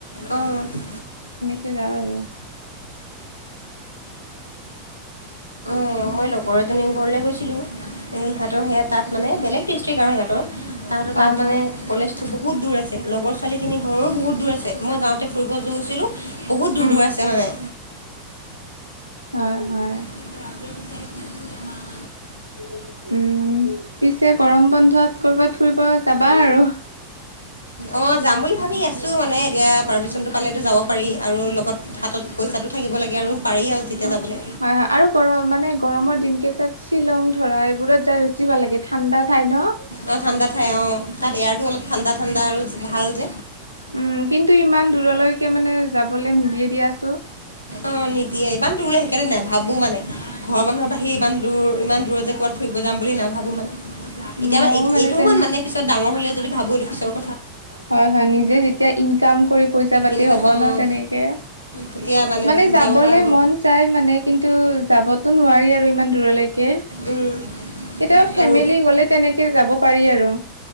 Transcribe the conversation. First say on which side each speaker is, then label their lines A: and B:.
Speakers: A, on the left; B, on the right.
A: অ'।
B: সে যাওঁ আৰু।
A: অ মই লগৰ এজনী ঘৰলৈ গৈছিলো হিহেতৰ সেয়াত। তাত মানে বেলেগ ডিষ্ট্ৰিক্ট আৰু সিহঁতৰ তাহঁত
B: হয়,
A: তাত মানে
B: হয়,
A: কলেজটো বহুত দূৰ আছে লগৰ ছোৱালীখিনি ঘৰৰো বহুত। দুৰ আছে মই যাওঁ। এতিয়া ফুৰিব যে গৈছিলো বহুত দূৰ
B: উম,
A: দূৰ আছে মানে
B: হয়, হয়,
A: ম আ চাইছ তম <unintelligible>
B: কোনে উম পিছে গৰম বন্ধত ক'বাত ফুৰিব যাবা আৰু
A: অহ যাম বুলি ভাবি আছো মানে এতিয়া পাৰ্মিচন টো পালো যাব পাৰি আৰু লগত হাতত পইচাটো থাকিব লাগে আৰু পাৰি আৰু যেতিয়া
B: অহ
A: যাবলৈ
B: হয় হয় আৰু গৰম মানে গৰমৰ দিনকেই তাত শ্বিলং ধৰা এইবোৰত ঠাই বেছি ভাল লাগে ঠাণ্ডা ঠাই ন
A: অঁ ঠাণ্ডা ঠাই অঁ তাত এয়াৰটো অলপ ঠাণ্ডা ঠাণ্ডা আৰু ভাল যে
B: উম কিন্তু ইমান দূৰলৈকে মানে যাবলৈ নিদিয়ে দিয়াছো
A: অহ নিদিয়ে ইমান দূৰলৈ সেইকাৰণে নে ভাবো মানে ঘৰৰ মানুহৰ বাহিৰে ইমান দূৰ ইমান দূৰ যে কবাত ফুৰিব যাম বুলি নাভাবো মানে এতিয়া
B: ময়ো
A: মানে এইটো
B: তেন
A: সময় মানে পিছত ডাঙৰ হলেও যদি ভাবো এইটো পিছত
B: হয় হয় নিজে যেতিয়া ইনকাম কৰি পইচা পাতি
A: এনেকুৱা
B: হ'ব
A: অ',
B: ন তেনেকে
A: তেতিয়া
B: মানে যাবলে
A: যাব পৰা হ'ব
B: মন যায় মানে কিন্তু যাব তো নোৱাৰি আৰু ইমান দূৰলৈকে
A: উম,
B: কেতিয়াবা ফেমিলি
A: আৰু
B: গলে তেনেকে যাব পাৰি আৰু।